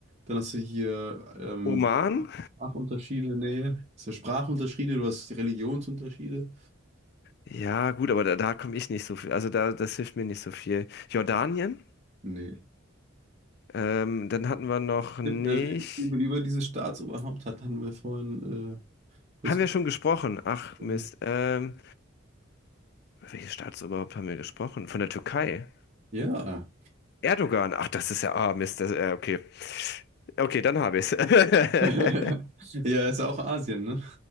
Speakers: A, on the right (about 35°); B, on the left (about 50°).
A: Dann hast du hier ähm,
B: Oman.
A: Sprachunterschiede, nee. Hast du Sprachunterschiede, du hast Religionsunterschiede.
B: Ja gut, aber da, da komme ich nicht so viel. Also da, das hilft mir nicht so viel. Jordanien.
A: Nee.
B: Ähm, dann hatten wir noch nicht.
A: Über, über dieses Staatsoberhaupt hat, hatten wir vorhin äh, kurz
B: Haben wir schon gesprochen? Ach
A: gesprochen.
B: Mist. Ähm, welches Staatsoberhaupt haben wir gesprochen? Von der Türkei.
A: Ja.
B: Erdogan. Ach, das ist ja. Ah Mist. Das, äh, okay. Okay, dann habe ich es. <laughs>
A: <laughs> Ja, ist ja auch Asien, ne?